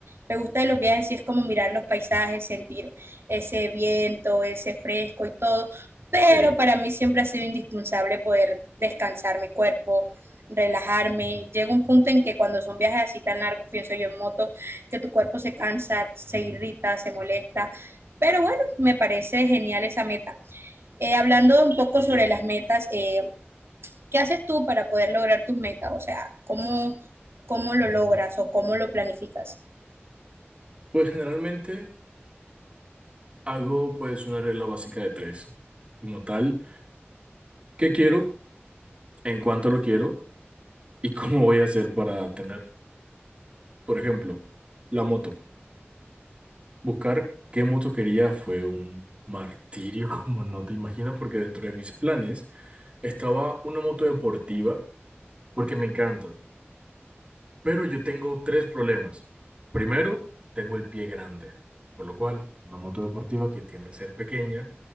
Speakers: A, on the right; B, on the right.
A: me gusta de los viajes, sí es como mirar los paisajes, sentir ese viento, ese fresco y todo, pero
B: ok.
A: para mí siempre ha sido indispensable poder descansar mi cuerpo, relajarme. Llega un punto en que cuando son viajes así tan largos, pienso yo en moto, que tu cuerpo se cansa, se irrita, se molesta. Pero bueno, me parece genial esa meta. Eh, hablando un poco sobre las metas, eh, ¿qué haces tú para poder lograr tus metas? O sea, ¿cómo, cómo lo logras o cómo lo planificas?
B: Pues generalmente. Hago pues una regla básica de tres, como tal, qué quiero, en cuánto lo quiero y cómo voy a hacer para tenerlo. Por ejemplo, la moto. Buscar qué moto quería fue un martirio <laughs> como no te imaginas, porque dentro de mis planes estaba una moto deportiva, porque me encanta. Pero yo tengo tres problemas. Primero, tengo el pie grande, por lo cual una moto deportiva que tiende a ser pequeña